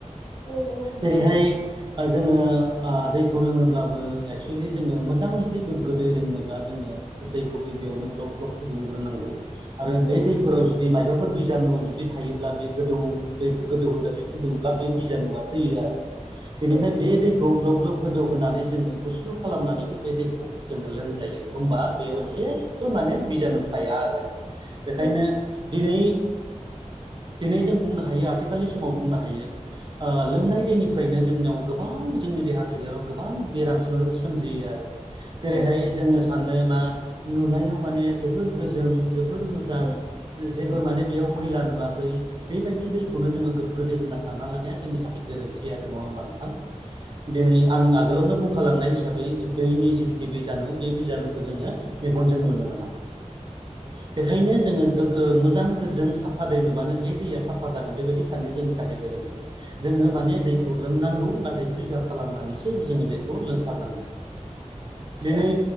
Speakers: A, on the left (about 55°); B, on the right (about 40°).
A: औ औ नंगौ
B: जेरैहाय ओ जोङो ओ दैखौ लोङोब्ला एक्स वेलि जोङो मोजां जुदि गोग्गो दै लोंनोब्ला जोङो दैखौ गिबियावनो ग्लब ग्लब फुदुंग्रोनांगौ आरो
A: औ
B: बे दैफोराव जुदि माइबा बेफोर बिजानु जुदि थायोब्ला बे गोदौ दैखौ गोदौ होजासे फुदुंब्ला बे बिजानुआ थैयो आरो बेनिफ्राय
A: औ
B: बे दैखौ ग्लाब ग्लाब गोदौ होनानै जोङो गुसु खालामनानैबो बे दैखौ जोङो लोंजायो होमबा बेयाव
A: औ
B: जेबो माने बिजानु थाया आरो बेखायनो
A: औ
B: दिनै दिनै जों बुंनो हायो आथिखालनि समाव बुंनो हायो ओ
A: औ
B: लोंनाय दैनि फ्रायनो जोंनियाव गोबां जोंनि देहा सोलेराव गोबां बेराम सोम-सोमजियो आरो जेरैहाय
A: औ
B: जोङो सानो मा नुनायाव माने जोबोर गोजों जोबोर मोजां
A: औ औ
B: जेबो माने बेयाव मैला नुवाखै बेबायदि दैखौनो जोङो गोग्गो दै होनना सानना लानाया जोंनि थाखाय गोरोन्थि आ रो नङा होमबा नोंथां दिनै आं आगोलावनो बुं खालांनाय हिसाबै दैनि जिखिनि बिजानु बे बिजानुखौ जोङो मेगनजों नुनो मोना बेखायनो जोङो गोगो मोजां गोजों साफ फा दै नुबानो बे दैया साफा जागोन बेबायदि साननाया जोंनि थाखाय गोरोन्थि जोङो माने दैखौ लोंनांगौ नाथाय फिल्टार खालामनानै सो जोङो दैखौ लोंथारनांगौ दिनै